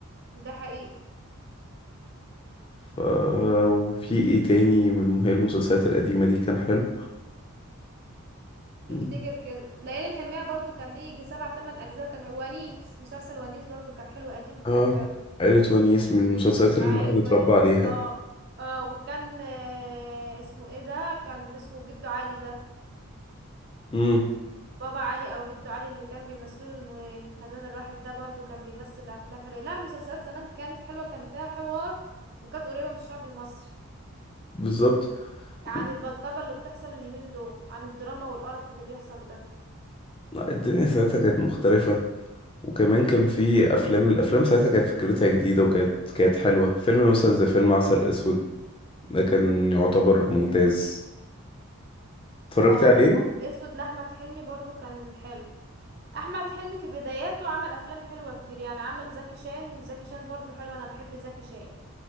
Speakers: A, on the right (about 45°); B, on the left (about 25°).
A: ده حقيقي
B: ف... وفي إيه تاني من هي المسلسلات القديمة دي كان حلو مم.
A: افتكر كده ليالي الحلمية برضو كان ليه يجي سبع تمن اجزاء كان ونيس مسلسل ونيس برضو كان حلو قديم كان
B: آه
A: حلو
B: عائلة ونيس من المسلسلات اللي
A: عائلة
B: الواحد اتربى
A: ونيس
B: عليها
A: اه اه وكان آه اسمه ايه ده كان اسمه جدو علي ده
B: مم.
A: بابا علي او جدو علي اللي كان بيمثلوا الم- الفنان الراحل ده برضو كان بيمثل افلام حلوه لا المسلسلات زمان كانت حلوه كان فيها حوار وكانت قريبه من الشعب المصري
B: بالظبط
A: عن
B: و...
A: البلطجه اللي بتحصل اليومين دول عن الدراما والقرف اللي بيحصل ده
B: لا الدنيا ساعتها كانت مختلفة وكمان كان في أفلام الأفلام ساعتها كانت فكرتها جديدة وكانت كانت حلوة فيلم مثلا زي فيلم عسل أسود ده كان يعتبر ممتاز اتفرجت
A: اه
B: عليه
A: كان عسل اسود لاحمد حلمي برضو كان حلو احمد حلمي في بداياته عمل افلام حلوه كتير يعني عمل زكي شان زكي شان برضو حلو انا بحب زكي شان